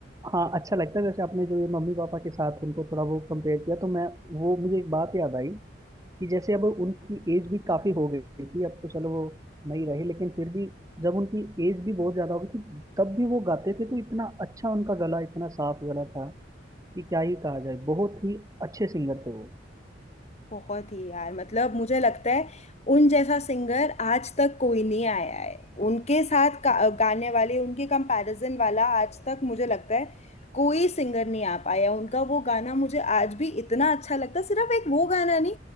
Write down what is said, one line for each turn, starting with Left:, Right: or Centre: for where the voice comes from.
Right: हाँ अच्छा लगता है वैसे आपने जो ये मम्मी पापा के साथ उनको थोड़ा वो कंपेयर किया तो मैं वो मुझे एक बात याद आई कि जैसे अब उनकी एज भी काफी हो गई थी अब तो चलो वो नहीं रहे लेकिन फिर भी जब उनकी एज भी बहुत ज्यादा हो गई थी तब भी वो गाते थे तो इतना अच्छा उनका गला इतना साफ गला था कि क्या ही कहा जाए बहुत ही अच्छे सिंगर थे वो
Left: बहुत ही यार मतलब मुझे लगता है उन जैसा सिंगर आज तक कोई नहीं आया है उनके साथ का, गाने वाले उनके कंपैरिजन वाला आज तक मुझे लगता है कोई सिंगर नहीं आ पाया उनका वो गाना मुझे आज भी इतना अच्छा लगता है सिर्फ एक वो गाना नहीं